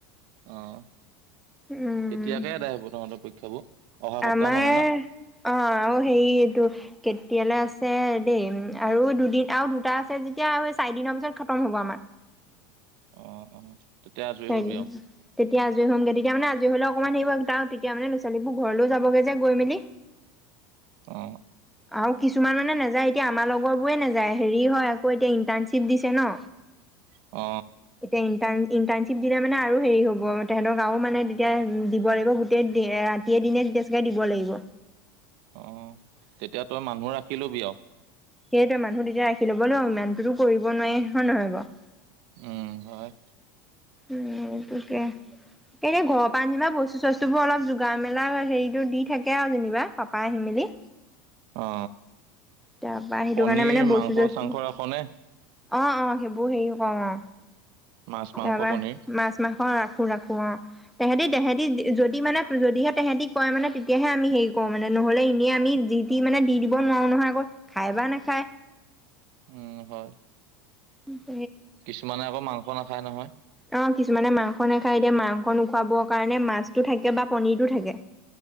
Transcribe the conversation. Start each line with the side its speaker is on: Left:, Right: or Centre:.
Right: অ'।
Centre: উম
Right: কেতিয়াকে এদায় হব তহঁতৰ পৰীক্ষাবোৰ? অহা
Centre: আমাৰ
Right: সপ্তাহ মানে ন
Centre: অ আৰু হেৰি এইটো কেতিয়ালৈ আছে দেই উম আৰু দুদিন আৰু দুটা আছে যেতিয়া স- চাৰি দিনৰ পিছত খতম হ'ব আমাৰ।
Right: অ' অ'। তেতিয়া আজৰি
Centre: তেতিয়া
Right: হবি আৰু
Centre: আজৰি হ'মগে। তেতিয়া মানে আজৰি হ'লে অকমান তেতিয়া মানে ল'ৰা ছোৱালী বোৰ ঘৰলৈ যাবগে যে গৈ মেলি
Right: অ
Centre: আৰু কিছুমান মানে নাযায়, এতিয়া আমাৰ লগৰ বোৰে নাযায়। হেৰি হয় আকৌ এতিয়া ইন্টাৰ্ণশ্বিপ দিছে ন!
Right: অ
Centre: এতিয়া ইণ্টাৰ্ণশ্বিপ দিলে মানে আৰু হেৰি হ'ব তেহঁতক আৰু মানে তেতিয়া দিব লাগিব গোটেই ৰাতিয়ে দিনে বেছিকে দিব লাগিব।
Right: অ তেতিয়া তই মানুহ ৰাখিলবি আও।
Centre: সেইটোৱে মানুহ তেতিয়া ৰাখি ল'ব ন ইমানটোতো কৰিব নোৱাৰি হয় নহয় বাও।
Right: উম! হয়।
Centre: উ এইটোকে এনে ঘৰৰ আনিবা বস্তু চস্তু বোৰ অলপ জু। গা মেলা হেৰিতটো দি থাক। তাকে যেনিবা পাপাই আহি মেলি।
Right: অ
Centre: তাৰপা সেইটো
Right: পনীৰ
Centre: কাৰণে মানে বস্তু
Right: মাংস
Centre: চস্তু
Right: চাংস ৰাখনে?
Centre: অ অ সেইবোৰ হেৰিও কৰওঁ অ।
Right: মাছ মাংস
Centre: তাৰপা
Right: পনিৰ
Centre: মাছ মাংস ৰাখ। ৰাখো ৰাখো অ, তেহেতি তেহেতি যদি মানে, যদিহে তেহেতি কয় মানে তেতিয়াহে আমি হেৰি কৰো মানে নহলে এনেই আমি যি দি মানে দি দিব নোৱাৰো নহয় আকৌ খাই বা নাখায়।
Right: উম হয়।
Centre: উম!
Right: কিছুমানে আকৌ মাংস নাখায় নহয়।
Centre: অ কিছুমানে মাংস নেখায়। এতিয়া মাংস নুখুৱাবৰ কাৰণে মাছতটো থাকে বা পনীৰটো থাকে।